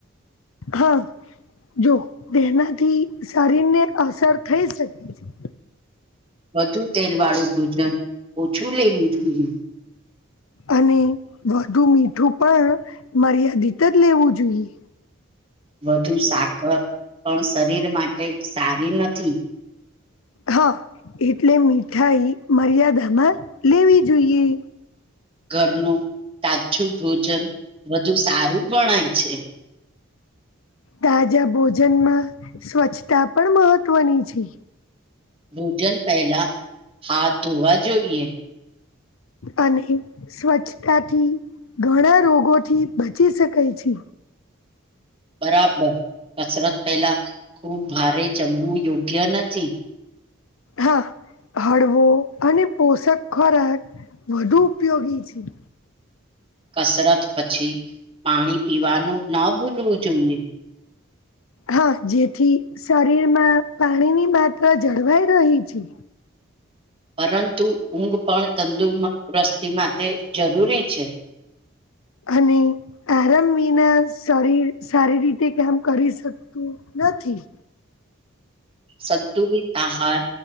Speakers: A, on the left; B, on the right.
A: હા જો તેનાથી શરીર ને અસર થઈ શકે છે.
B: વધુ તેલ વાળું ભોજન ઓછું લેવું જોઈએ.
A: અને વધુ મીઠું પણ મર્યાદિત જ લેવું જોઈએ.
B: વધુ સાકર પણ શરીર માટે સારી નથી.
A: હા એટલે મીઠાઈ મર્યાદામાં લેવી જોઈએ.
B: ઘરનું તાજું ભોજન વધુ સારું ગણાય છે.
A: તાજા ભોજનમાં સ્વચ્છતા પણ મહત્ત્વની છે.
B: ભોજન પહેલા હાથ ધોવા જોઈએ.
A: અને સ્વચ્છતાથી ઘણા રોગોથી બચી શકાય છે.
B: બરાબર કસરત પેલા ખુબ ભારે જમવું યોગ્ય નથી.
A: હા હળવો અને પોષક ખોરાક વધુ ઉપયોગી છે.
B: કસરત પછી પાણી પીવાનું ન ભૂલવું જોઈએ.
A: હા જેથી શરીરમાં પાણીની માત્રા જળવાઈ રહી છે.
B: પરંતુ ઊંઘ પણ તંદુ રસ્તી માટે જરૂરી છે.
A: અને આરામ વિના શરીર સારી રીતે કામ કરી શકતું નથી.
B: સંતુલિત આહાર